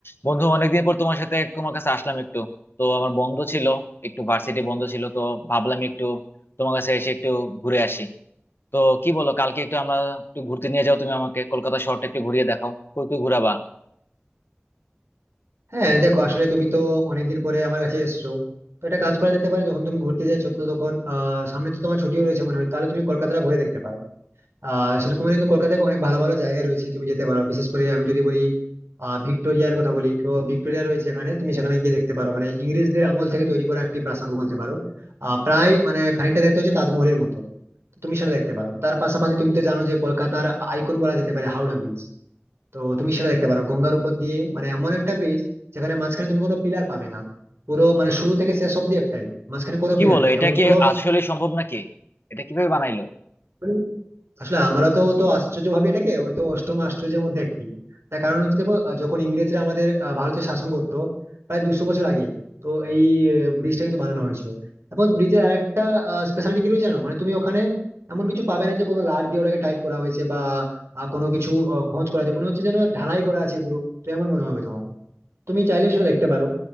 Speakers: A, on the left (about 60°); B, on the right (about 80°).
A: বন্ধু অনেকদিন পর তোমার সাথে তোমার কাছে আসলাম একটু তো আমার বন্ধ ছিল একটু ভার্সিটি বন্ধ ছিল তো ভাবলাম একটু তোমার কাছে এসে একটু ঘুরে আসি তো কি বলো কালকে একটু আমরা একটু ঘুরতে নিয়ে যাও তুমি আমাকে কলকাতা শহরটা একটু ঘুরিয়ে দেখাও কই কই ঘুরাবা
B: হ্যাঁ দেখো আসলে তুমি তো অনেকদিন পরে আমার কাছে এসছো তো একটা কাজ করা যেতে পারে যখন তুমি ঘুরতে যাচ্ছো তো তখন আহ সামনে তো তোমার ছুটিও রয়েছে মনে হয় তাহলে তুমি কলকাতাটা ঘুরে দেখতে পারো আহ সেরকম হলে কিন্তু কলকাতায় অনেক ভালো ভালো জায়গা রয়েছে তুমি যেতে পারো বিশেষ করে আমি যদি বলি আহ ভিক্টোরিয়ার কথা বলি তো ভিক্টোরিয়া রয়েছে এখানে তুমি সেখানে গিয়ে দেখতে পারো মানে ইংরেজদের আমল থেকে তৈরি করা একটি প্রাসাদ বলতে পারো আহ প্রায় মানে খানিকটা দেখতে হচ্ছে তাজমহলের মতো তো তুমি সেটা দেখতে পারো তার পাশাপাশি তুমি তো জানো যে কলকাতার আইকন বলা যেতে পারে হাওড়া ব্রিজ তো তুমি সেটা দেখতে পারো গঙ্গার উপর দিয়ে মানে এমন একটা ব্রিজ যেখানে মাঝখানে তুমি কোনো পিলার পাবে না পুরো মানে শুরু থেকে শেষ অব্দি একটাই মাঝখানে কোনো
A: কি
B: পিলার
A: বলো
B: নেই
A: এটা
B: এবং
A: কি
B: পুরো
A: আসলে সম্ভব নাকি এটা কিভাবে বানাইলো
B: মানে আসলে আমরা তো তো আশ্চর্য ভাবে এটাকে ওই তো অষ্টম আশ্চর্যের মধ্যে একটি তার কারণ হচ্ছে দেখো আহ, যখন ইংরেজরা আমাদের আহ, ভারতে শাসন করতো প্রায় দুশো বছর আগে তো এই ব্রিজটা কিন্তু বানানো হয়েছিল এবং ব্রিজের আরেকটা স্পেশালিটি কি রয়েছে জানো মানে তুমি ওখানে এমন কিছু পাবে না যে কোনো লার দিয়ে ওটাকে টাইট করা হয়েছে বা আহ, কোনো কিছু আহ, খোঁজ করা আছে মনে হচ্ছে যেন ঢালাই করা আছে পুরো তো এমন মনে হবে তোমার তুমি চাইলে সেটা দেখতে পারো